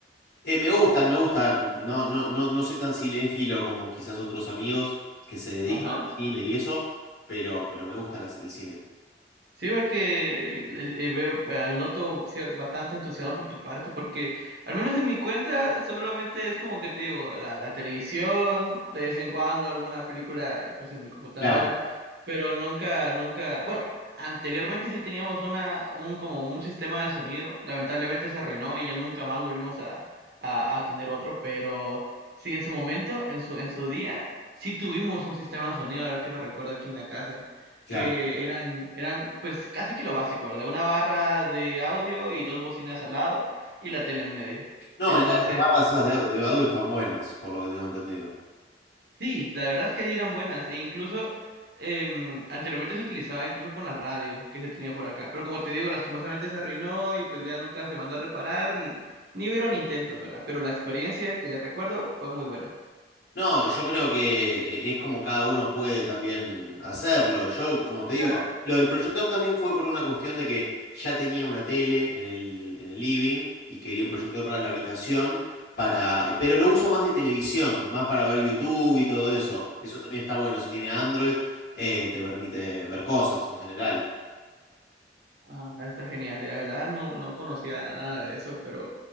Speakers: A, on the left (about 60°); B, on the right (about 60°).
A: Eh, me gustan, me gustan. No, no, no, no soy tan cinéfilo como quizás otros amigos que se dedican
B: Ajá.
A: al cine y eso, pero, pero me gusta las- el cine.
B: Sí, porque eh, veo, ah, noto cier- bastante entusiasmo por tu parte, porque al menos en mi cuenta solamente es como que te digo, la, la televisión, de vez en cuando alguna película pues en mi computadora,
A: Claro,
B: pero nunca, nunca, bueno, anteriormente sí teníamos una, un como un sistema de sonido, lamentablemente se arruinó y ya nunca más volvimos a, a, a tener otro, pero sí en su momento, en su, en su día, sí tuvimos un sistema de sonido, ahora que lo recuerdo aquí en la casa
A: claro.
B: que eran, eran pues casi que lo básico, ¿verdad? Una barra de audio y dos bocinas al lado y la tele en medio.
A: No,
B: Entonces,
A: la- las barras esas de, au- de audio están buenas, por lo que tengo entendido.
B: sí, la verdad es que sí eran buenas. E incluso em, anteriormente se utilizaba incluso con la radio que se tenía por acá. Pero como te digo, lastimosamente se arruinó y pues ya nunca se mandó a reparar ni, ni hubieron intentos, ¿verdad? Pero la experiencia que recuerdo fue muy buena.
A: No, yo creo que eh, es como cada uno puede también hacerlo. Yo, como te digo,
B: Claro.
A: lo del proyector también fue por una cuestión de que ya tenía una tele en el, en el living y quería un proyector para la habitación, para, pero lo uso más de televisión, más para ver YouTube y todo eso. Eso también está bueno. Si tiene Android, eh, te permite ver cosas en general.
B: Ah, está genial. La verdad no, no conocía nada de eso, pero